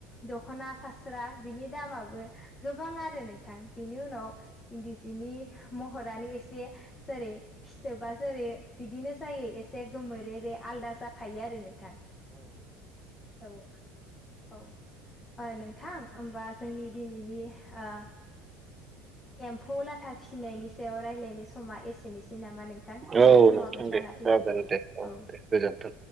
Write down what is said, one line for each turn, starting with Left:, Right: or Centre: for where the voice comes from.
Left: दख'ना फास्रा बिनि दामाबो गोबां आरो नोंथां बेनि उनाव इन्दि जिनि महरानो एसे जेरै फिथोबा जेरै बिदिनो जायो एसे गोमोरे रे <unintelligible> आलदा जा खायो आरो नोंथां औ औ ओ नों थां होमबा जोंनि दिनैनि ओ एम्फौ लाथा फिसिनायनि सायाव रायज्लायनाय समा एसेनोसै दि नामा नोंथां जोंना
Right: औ
Left: समाबो
Right: नोंथां
Left: जाना
Right: दे
Left: फैबायना
Right: जागोन दे
Left: औ
Right: दे गोजोनथों